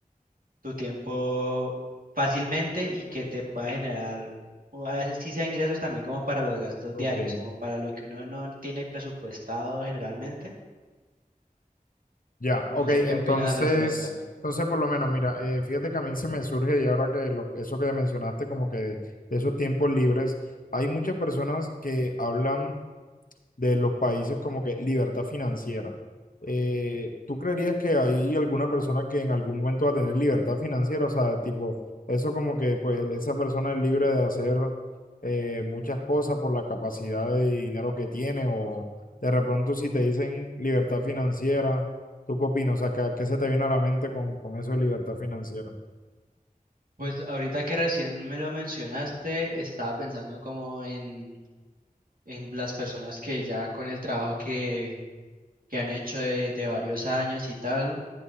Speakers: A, on the right; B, on the left.
A: tu tiempo fácilmente y que te pueda generar, o a veces sí sea ingresos también como para los gastos
B: Ok.
A: diarios, como para lo que uno no tiene presupuestado generalmente.
B: Ya,
A: No
B: ok,
A: sé
B: entonces,
A: qué opinas al respecto.
B: entonces por lo menos, mira, eh, fíjate que a mí se me surge y ahora que lo- eso que mencionaste como que de, de esos tiempos libres, hay muchas personas que hablan de los países como que libertad financiera. Eh, ¿tú creerías que hay alguna persona que en algún momento va a tener libertad financiera? O sea, tipo, eso como que pues esa persona es libre de hacer eh, muchas cosas por la capacidad de dinero que tiene o de repente si te dicen libertad financiera, ¿tú qué opinas? O sea, ¿qué, qué se te viene a la mente con, con eso de libertad financiera?
A: Pues ahorita que recién me lo mencionaste, estaba pensando como en, en las personas que ya con el trabajo que, que han hecho de, de varios años y tal,